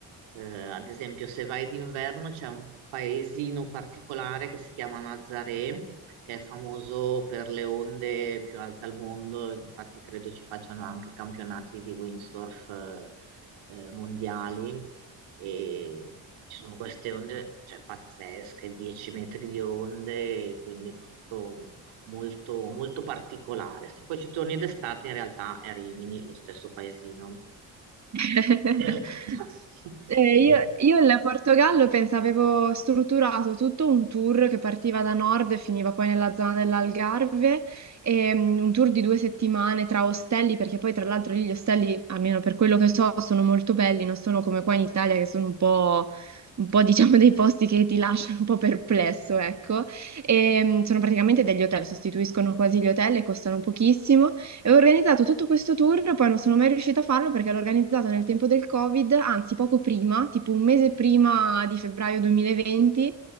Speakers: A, on the right; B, on the right.
A: Eh, ad esempio, se vai d'inverno c'è un paesino particolare che si chiama Nazaré, che è famoso per le onde più alte al mondo. Infatti, credo ci facciano anche campionati di windsurf, eh, eh, mondiali e ci sono queste onde, cioè pazzesche, 10 metri di onde, e quindi tutto molto, molto particolare. Se poi ci torni d'estate, in realtà è Rimini, lo stesso paesino.
B: <laughs>
A: <laughs>
B: Eh, io, io il Portogallo pensavo, avevo strutturato tutto un tour che partiva da nord e finiva poi nella zona dell'Algarve, e, mm, un tour di due settimane tra ostelli, perché poi tra l'altro lì gli ostelli, almeno per quello che so, sono molto belli, non sono come qua in Italia che sono un po', un po', <laughs> diciamo dei posti che ti lasciano un po' perplesso, ecco. E, mm, sono praticamente degli hotel, sostituiscono quasi gli hotel e costano pochissimo. E ho organizzato tutto questo tour, poi non sono mai riuscita a farlo perché l'ho organizzato nel tempo del Covid, anzi poco prima, tipo un mese prima di febbraio 2020.